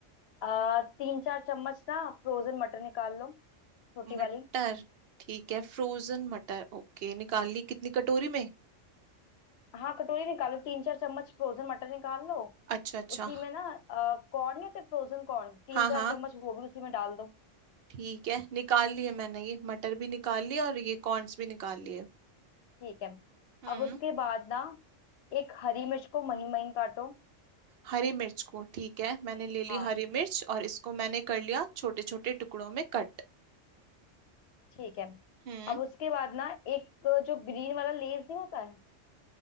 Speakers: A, on the left (about 60°); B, on the right (about 60°).
A: अ, तीन चार चम्मच ना फ्रोजन मटर निकाल लो छोटी
B: मटर
A: वाली
B: ठीक है फ्रोजन मटर ओके निकाल ली कितनी कटोरी में
A: हाँ कटोरी निकालो तीन चार चम्मच फ्रोजन मटर निकाल लो
B: अच्छा अच्छा
A: उसी में ना अ, कॉर्न नहीं होते फ्रोजन कॉर्न तीन
B: हाँ
A: चार
B: हाँ
A: चम्मच वो भी उसी में डाल दो
B: ठीक है निकाल लिए मैंने ये मटर भी निकाल लिए और ये कॉर्न्स भी निकाल लिए
A: ठीक है
B: हम्म
A: अब उसके बाद ना एक हरी मिर्च को महीन महीन काटो
B: हरी मिर्च को ठीक है मैंने ले ली
A: हाँ
B: हरी मिर्च और इसको मैंने कर लिया छोटे छोटे टुकड़ों में कट
A: ठीक है
B: हम्म
A: अब उसके बाद ना एक जो ग्रीन वाला लेस नहीं होता है